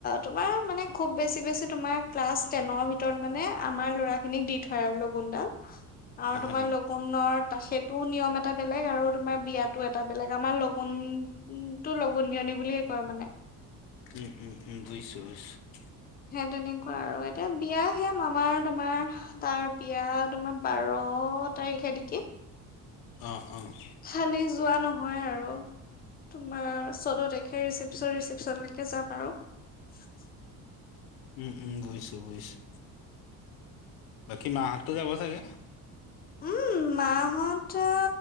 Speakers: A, on the left (about 25°); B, on the left (about 80°).
A: তোমাৰ মানে খুব বেছি বেছি তোমাৰ ক্লাছ টেনৰ ভিতৰত মানে আমাৰ ল'ৰা খিনিক দি থয় আৰু লগুনডাল আৰু
B: নহয়
A: তোমাৰ
B: নি
A: লগুণৰ ত সেইটোও নিয়ম এটা বেলেগ আৰু তোমাৰ বিয়াতো এটা বেলেগ। আমাৰ লগনটো লগুণ দীয়নি বুলিয়ে কয় মানে।
B: উম, উম, উম, বুজিছোঁ। বুজিছোঁ ।
A: সেই তেনেকুৱা আৰু এতিয়া বিয়া সেয়া মামাৰ, তোমাৰ তাৰ বিয়া, তোমাৰ বাৰ তাৰিখে নেকি?
B: অ, অ।
A: খালি যোৱা নহয় আৰু তোমাৰ চৈধ্য তাৰিখে ৰিচিপচন, ৰিচিপচন লৈকে তাকে যাম আৰু ।
B: উম, উম। বুজিছোঁ, বুজিছোঁ । বাকী মাহঁতটো যাব চাগে?
A: উম, মাহঁতৰ